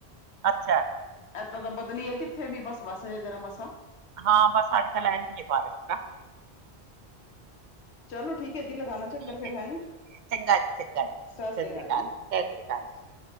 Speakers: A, on the right; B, on the left.
A: ਅੱਛਾ-ਅੱਛਾ,
B: ਇਏਦਾਂ ਤਾਂ ਬਦਲੀ ਐ ਕਿੱਥੇ ਵੀ ਬਸ ਬਸ ਜ ਜਰਾ ਮਸਾਂ
A: ਹਾਂ ਬਸ ਅੱਜ- ਕੱਲ੍ਹ ਆਹਂਦੀ ਐ ਬਾਰਸ਼ ਤਾਂ
B: ਚਲੋ ਠੀਕ ਐ ਜੀ ਲਗਾਉਣਾ
A: ਠੀਕ
B: ਚੱਕਰ ਫਿਰ
A: ਏ
B: ਹੈ ਜੀ,
A: ਠੀਕ ਹੈ, ਚੰਗਾ ਜੀ, ਚੰਗਾ ਜੀ,
B: ਸਸਿ
A: ਸਤਿ
B: ਸ੍ਰੀਕਾਲ
A: ਸ੍ਰੀ ਅਕਾਲ,
B: ਜੀ,
A: ਸਤਿ
B: ਸਸਿ
A: ਸ੍ਰੀ ਅਕਾਲ।
B: ਸ਼੍ਰੀ ਅਕ